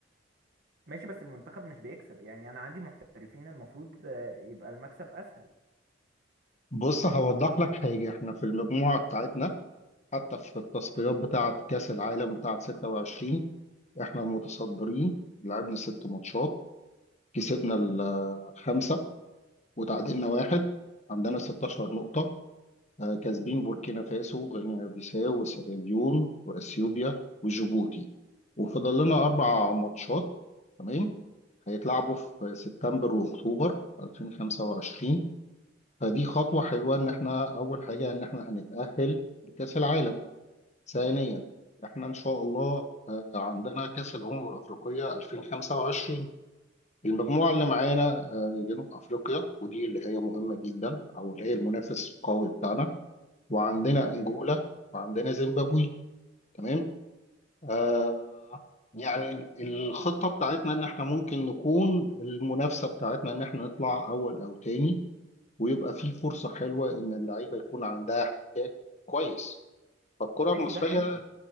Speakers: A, on the right; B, on the left.
A: ماشي بس المنتخب مش بيكسب يعني انا عندي محترفين المفروض يبقى المكسب اسهل
B: بص هوضح لك حاجة احنا في المجموعة بتاعتنا حتى في التصفيات بتاعة كأس العالم بتاعة 26 احنا المتصدرين لعبنا ست ماتشات كسبنا الخمسة وتعادلنا واحد عندنا 16 نقطة آه، كاسبين بوركينا فاسو وغينيا بيساو وسيراليون وأثيوبيا وجيبوتي وفضل لنا أربع ماتشات تمام هيتلعبوا في سبتمبر وأكتوبر 2025 فدي خطوة حلوة إن إحنا أول حاجة إن إحنا هنتأهل لكأس العالم ثانيا إحنا إن شاء الله آه، عندنا كأس الأمم الأفريقية 2025 المجموعة اللي معانا آه، جنوب أفريقيا ودي اللي هي مهمة جدا أو اللي هي المنافس القوي بتاعنا وعندنا أنجولا
A: أمم.
B: وعندنا زيمبابوي تمام آه يعني الخطة بتاعتنا إن إحنا ممكن نكون المنافسة بتاعتنا إن إحنا نطلع أول أو تاني ويبقى في فرصة حلوة إن اللعيبة يكون عندها احتكاك كويس فالكرة
A: ماشي
B: المصرية
A: ده حلو